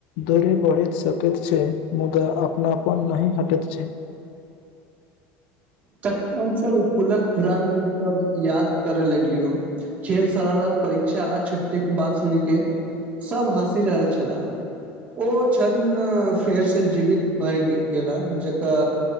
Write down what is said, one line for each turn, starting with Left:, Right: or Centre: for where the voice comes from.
Left: दूरी बढ़ैत सकैत छै मुदा अपनापन नहि हटैत छै
Right: तखन हमस इकुलक पुरान दिन सब याद करय लगलियो खेल सरारत परीक्षा आ छुट्टीक के बात सुन के सब हँसी रहल छलाह ओ कण फेर से जीवित भए गेला जकर